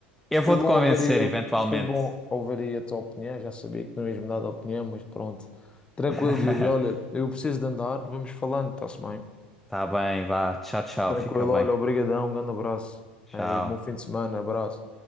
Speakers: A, in the centre; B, on the left.
A: Eu
B: foi
A: vou
B: bom
A: te convencer
B: ouvir aí,
A: eventualmente.
B: foi bom ouvir aí a tua opinião. Já sabia que não ias me dar a opinião, mas pronto. Tranquilo,
A: <laughs>
B: Yuri. Olha, eu preciso de andar. Vamos falando, está-se bem?
A: Tá bem, vá. Tchau, tchau.
B: Tranquilo,
A: Fica bem.
B: olha, obrigadão. Um grande abraço.
A: Tchau.
B: Aí, bom fim de semana, abraço.